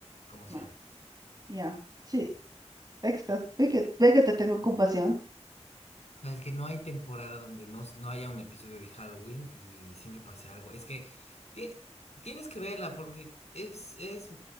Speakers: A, on the left; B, on the right.
A: como sea.
B: Ah, ya, Sí, ahí está. Ve que, ve que te tengo compasión.
A: Sabes que no hay temporada donde no, s- no haya un episodio de Halloween y siempre pase algo. Es que ti- tienes que verla porque es, es,